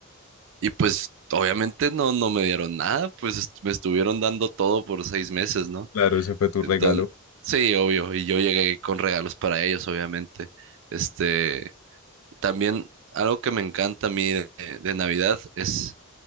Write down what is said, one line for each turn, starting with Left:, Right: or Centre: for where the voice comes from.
Right: y pues obviamente no, no me dieron nada, pues est- me estuvieron dando todo por seis meses, ¿no?
Left: Claro, ese fue tu
Right: Entonces,
Left: regalo.
Right: sí, obvio, y yo llegué con regalos para ellos, obviamente. Este, también algo que me encanta a mí de, de Navidad es